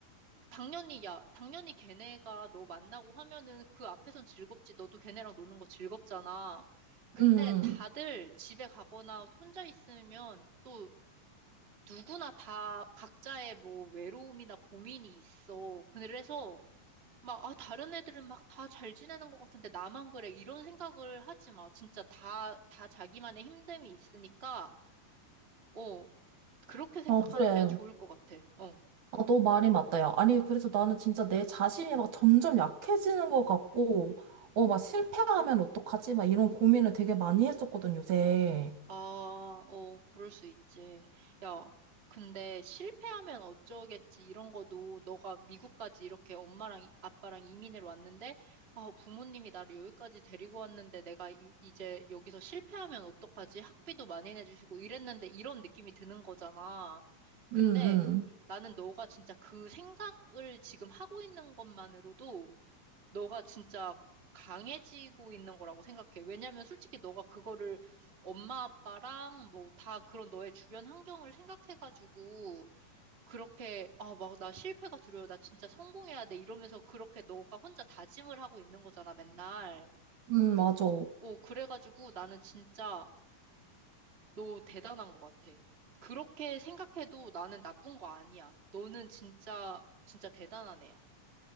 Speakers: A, on the right; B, on the right.
A: 당연히, 야, 당연히 걔네가 너 만나고 하면은 그 앞에선 즐겁지. 너도 걔네랑 노는 거 즐겁잖아. 근데
B: 음, 음.
A: 다들 집에 가거나 혼자 있으면 또 누구나 다 각자의 뭐 외로움이나 고민이 있어. 그래서 막, 아, 다른 애들은 막 다 잘 지내는 것 같은데 나만 그래. 이런 생각을 하지 마. 진짜 다, 다 자기만의 힘듦이 있으니까, 어, 그렇게 생각하면
B: 어, 그래.
A: 좋을 것 같아. 어.
B: 아, 너 말이 맞다, 야. 아니, 그래서 나는 진짜 내 자신이 막 점점 약해지는 것 같고, 어, 막 실패하면 어떡하지? 막 이런 고민을 되게 많이 했었거든, 요새.
A: 아, 어, 그럴 수 있지. 야, 근데 실패하면 어쩌겠지 이런 거도 너가 미국까지 이렇게 엄마랑 이- 아빠랑 이민을 왔는데, 아, 부모님이 나를 여기까지 데리고 왔는데 내가 이, 이제 여기서 실패하면 어떡하지? 학비도 많이 내주시고 이랬는데 이런 느낌이 드는 거잖아. 근데
B: 응, 응,
A: 나는 너가 진짜 그 생각을 지금 하고 있는 것만으로도 너가 진짜 강해지고 있는 거라고 생각해. 왜냐면 솔직히 너가 그거를 엄마 아빠랑 뭐 다 그런 너의 주변 환경을 생각해가지고 그렇게 아, 막 나 실패가 두려워. 나 진짜 성공해야 돼. 이러면서 그렇게 너가 혼자 다짐을 하고 있는 거잖아, 맨날.
B: 응, 맞아.
A: 어, 그래가지고 나는 진짜 너 대단한 것 같아. 그렇게 생각해도 나는 나쁜 거 아니야. 너는 진짜, 진짜 대단한 애야.